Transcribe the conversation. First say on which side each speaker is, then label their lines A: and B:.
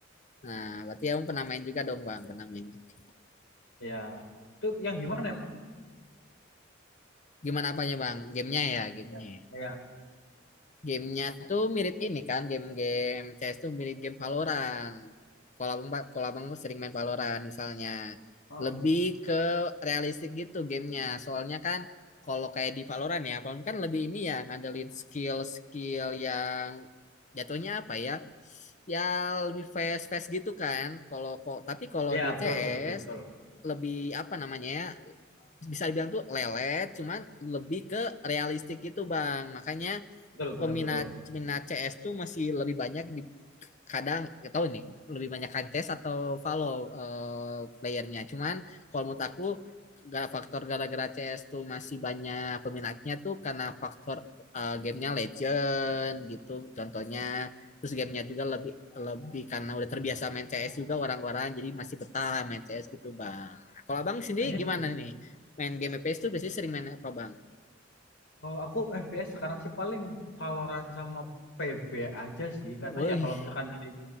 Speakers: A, on the left; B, on the left.
A: Nah, berarti kamu pernah main juga dong, Bang. Pernah main juga.
B: Ya. Itu yang gimana emang?
A: Gimana apanya, Bang? Gamenya ya, gamenya.
B: Ya.
A: ya.
B: Ya.
A: Gamenya tuh mirip ini kan, game-game CS tuh mirip game Valorant. Kalau abang, kalau abang sering main Valorant misalnya,
B: Oh.
A: lebih ke realistik gitu gamenya. Soalnya kan kalau kayak di Valorant ya, Valorant kan lebih ini ya ngandelin skill-skill yang jatuhnya apa ya? Ya lebih fast-fast gitu kan. Kalau kok tapi kalau
B: Ya,
A: di
B: betul
A: CS
B: betul betul.
A: lebih apa namanya ya bisa dibilang tuh lelet cuman lebih ke realistik gitu bang makanya
B: Betul betul
A: peminat
B: betul.
A: peminat CS tuh masih lebih banyak di kadang nggak tahu nih lebih banyak kan CS atau follow eh, playernya. Cuman kalau menurut aku gara faktor gara-gara CS tuh masih banyak peminatnya tuh karena faktor eh, gamenya legend gitu contohnya terus gamenya juga lebih lebih karena udah terbiasa main CS juga orang-orang jadi masih betah main CS gitu bang. Kalau abang sendiri
B: Ah, iya
A: gimana
B: sih.
A: nih main game FPS tuh biasanya sering main apa bang?
B: Kalau aku FPS sekarang sih paling Valorant sama PB aja sih karena
A: Wih,
B: ya kalau misalkan dari